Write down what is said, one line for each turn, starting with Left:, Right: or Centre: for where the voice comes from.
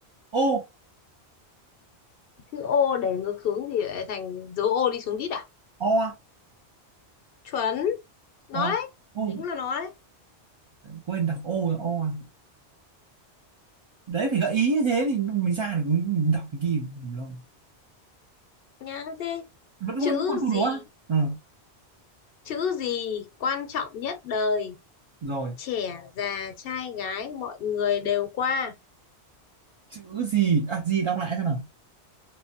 Right: O
Left: chữ O để ngược xuống thì lại thành dấu O đi xuống đít à
Right: O à?
Left: chuẩn nó
Right: O
Left: đấy
Right: O
Left: chính là nó đấy
Right: quên đọc O là O à. đấy phải gợi ý như thế thì mình ra được đọc cái kia lâu
Left: nhá thế
Right: vẫn
Left: chữ
Right: còn vẫn còn câu
Left: gì
Right: đố à ừ.
Left: chữ gì quan trọng nhất đời
Right: rồi
Left: trẻ già trai gái mọi người đều qua
Right: chữ gì à gì đọc lại xem nào